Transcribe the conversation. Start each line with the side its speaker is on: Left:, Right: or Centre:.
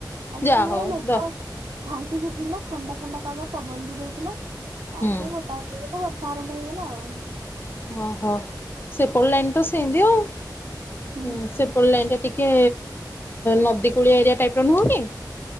Right: ଆଜି
Left: ଯାହା
Right: ପୁରା
Left: ହଉ
Right: ମେଘ
Left: ଦ
Right: ଭାଙ୍କିକି ଥିଲା ଥଣ୍ଡା ଥଣ୍ଡା ପାଗ ପବନ ବି ଦଉଥିଲା ତାପରେ
Left: ହୁଁ
Right: ଗୋଟା କୁ ବର୍ଷା ଆରମ୍ଭ ହେଇଗଲା ଆଉ।
Left: ଓହୋ ସେପଟ ଲାଇନ୍ ତ ସେମିତିି ଆଉ।
Right: ହୁଁ ହୁଁ
Left: ସେ ସେପର ଲାଇନ୍ ଟା ଟିକେ ନଦୀ କୂଳିଆ ଏରିଆ ଟାଇପ ର ନୁହକି?